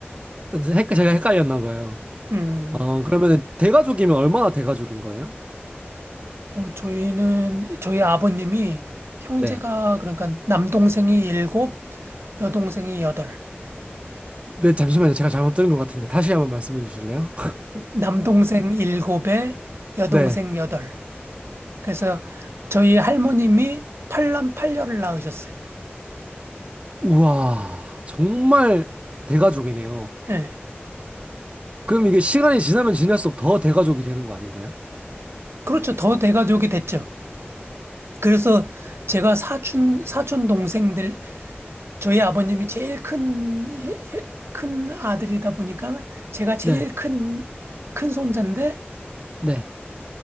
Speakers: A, on the right (about 30°); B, on the right (about 75°).
A: 헷- 제가 헷갈렸나 봐요.
B: <laughs> 음,
A: 어, 그러면은 대가족이면 얼마나 대가족인 거예요?
B: 어, 저희는, 저희 아버님이 형제가
A: 네.
B: 그러니까 남동생이 일곱, 여동생이 여덟.
A: 네, 잠시만요. 제가 잘못 들은 것 같은데 다시 한번 말씀해 주실래요?
B: 남동생 일곱에
A: <laughs>
B: 여동생
A: 네.
B: 여덟. 그래서 저희 할머님이 팔남 팔녀를 낳으셨어요.
A: 우와, 정말 대가족이네요.
B: 예.
A: 그럼 이게 시간이 지나면 지날수록 더 대가족이 되는 거 아닌가요?
B: 그렇죠. 더 대가족이 됐죠. 그래서 제가 사촌, 사촌 동생들, 저희 아버님이 제일 큰, 큰 아들이다 보니까 제가 제일
A: 네,
B: 큰, 큰 손자인데
A: 네,